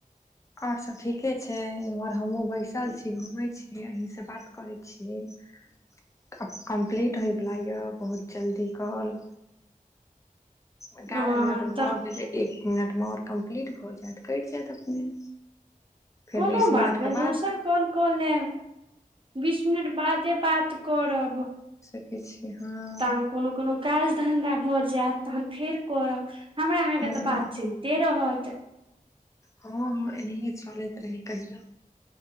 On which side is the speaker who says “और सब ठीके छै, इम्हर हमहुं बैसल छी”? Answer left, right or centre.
Left